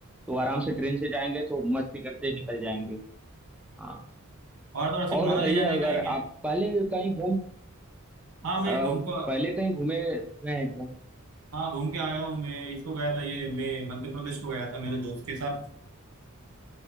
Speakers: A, in the centre; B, on the right (about 90°).
A: तो आराम से ट्रेन से जाएंगे तो मस्ती करते निकल जाएंगे हाँ
B: और तो और सिर्फ
A: और
B: मनाली
A: बताइए
B: जाने
A: अगर
B: का है क्या
A: आप पहले कहीं घूम
B: हाँ मैं
A: अ,
B: घूम को
A: पहले कहीं घूमे हुए हैं क्या
B: हाँ घूम के आया हूँ मैं इसको गया था ये मैं मध्य प्रदेश को गया था मेरे दोस्त के साथ